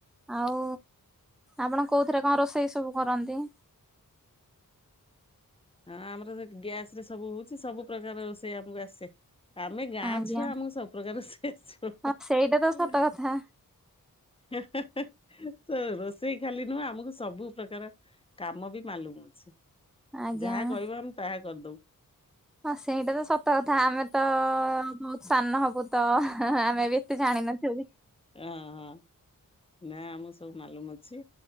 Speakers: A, in the centre; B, on the left (about 15°).
A: ଆଉ ଆପଣ କୋଉଥିରେ କଣ ରୋଷେଇ ସବୁ କରନ୍ତିି?
B: ହଁ ଆମର ସେ ଗ୍ୟାସ ରେ ସବୁ ହଉଛି ସବୁ ପ୍ରକାର ରୋଷେଇ ଆମକୁ ଆସେ। ଆମେ ଗାଁ
A: ଆଜ୍ଞା
B: ଛୁଆ ଆମକୁ ସବୁପ୍ରକାର ରେଷେଇ ଆସିବ।
A: ହଁ ସେଇଟା ତ ସତ
B: ହେଁ
A: କଥା
B: ହେଁ ହେଁ ହେଁ। ସେ ରୋଷେଇ ଖାଲି ନୁହଁ ଆମକୁ ସବୁ ପ୍ରକାର କାମ ବି ମାଲୁମ ଅଛି।
A: ଆଜ୍ଞା।
B: ଯାହା କହିବ ଆମେ ତାହା କରିଦବୁ।
A: ହଁ ସେଇଟା ତ ସତ କଥା ଆମେ ତ ବହୁତ ସାନ ହବୁ ତ ଆମେ ବି ଏତେ ଜାଣିନୁ। ନା ଥିବୁ।
B: ଆଜ୍ଞା। ନା ଆମଁ ସବୁ ମାଲୁମ ଅଛି